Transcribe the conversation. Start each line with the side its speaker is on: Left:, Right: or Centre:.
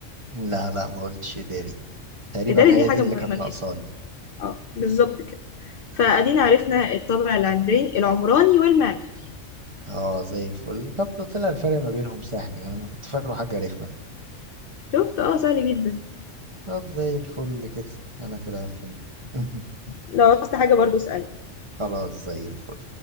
Right: لا لا ما قلتش اداري تقريبا
Left: اداري
Right: هي
Left: دي حاجة
Right: دي اللي
Left: مهمة
Right: كانت ناقصاني
Left: جدا اه بالظبط كده فادينا عرفنا الطابع العمراني العمراني والمعماري
Right: اه زي الفل طب ده طلع الفرق ما بينهم سهل يعني انا كنت فاكره حاجة رخمة
Left: شفت اه سهل جدا
Right: طب زي الفل كده انا كده فهمت <laughs>
Left: لو عاوزت حاجة برضو اسألني
Right: خلاص زي الفل